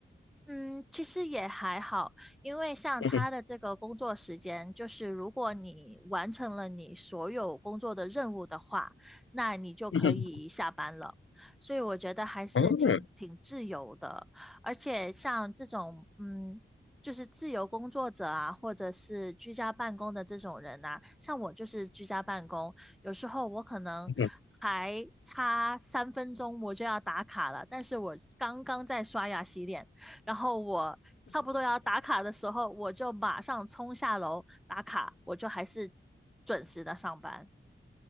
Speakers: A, in the centre; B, on the left (about 70°).
A: 嗯，其实也还好，因为像他的这个工作时间，
B: 嗯哼
A: 就是如果你完成了你所有工作的任务的话，那你就可以下班了。
B: 嗯哼
A: 所以我觉得还是挺挺自由的，
B: 嗯
A: 而且像这种嗯，就是自由工作者啊，或者是居家办公的这种人呐、像我就是居家办公，有时候我可能。
B: 嗯嗯
A: 还差三分钟我就要打卡了，但是我刚刚在刷牙洗脸，然后我差不多要打卡的时候，我就马上冲下楼打卡，我就还是准时的上班。